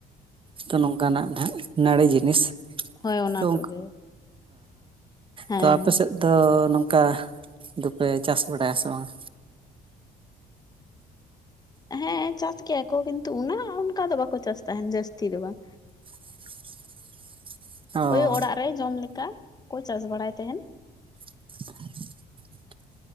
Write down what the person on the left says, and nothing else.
ᱦᱳᱭ ᱚᱱᱟ
ᱠᱚᱜᱮ ᱦᱮᱸ
ᱦᱮᱸ ᱪᱟᱥ ᱜᱮᱭᱟ ᱠᱚ ᱠᱤᱱᱛᱩ ᱩᱱᱟᱹᱜ ᱚᱱᱠᱟ ᱫᱚ ᱵᱟᱠᱚ ᱪᱟᱥ ᱛᱟᱦᱮᱱ ᱡᱟᱹᱥᱛᱤ ᱫᱚ ᱵᱟᱝ᱾
ᱳᱭ ᱚᱲᱟᱜ ᱨᱮ ᱡᱚᱢ ᱞᱮᱠᱟ ᱠᱚ ᱪᱟᱥ ᱵᱟᱲᱟᱭ ᱛᱟᱦᱮᱱ᱾